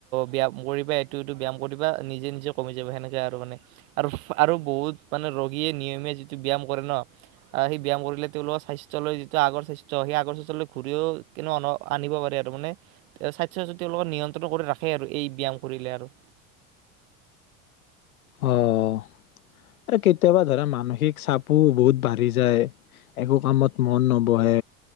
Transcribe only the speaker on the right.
ব্যায়াম কৰিবা এইটো এইটো ব্যায়াম কৰিবা নিজে নিজে কমি যাবা সেনেকে আৰু মানে আৰু আৰু বহুত মানে ৰোগীয়ে নিয়মে যিটো ব্যায়াম কৰে ন সেই ব্যায়াম কৰিলে তেওঁলোকৰ স্বাস্থ্য ললৈ যিটো আগৰ স্বাস্থ্য। সেই আগৰ চচৰলৈ ঘূৰিও ক আনিব পাৰে আৰু মানে স্বাস্থ্যৰ তেওঁলোকে নিয়ন্ত্ৰণ কৰি ৰাখে আৰু এই ব্যায়াম কৰিলে আৰু